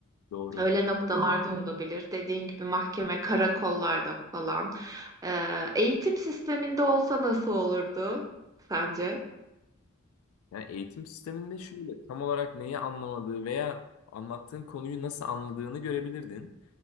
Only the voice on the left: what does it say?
<laughs> Doğru.
Yani eğitim sisteminde şöyle tam olarak neyi anlamadığı veya anlattığın konuyu nasıl anladığını görebilirdin.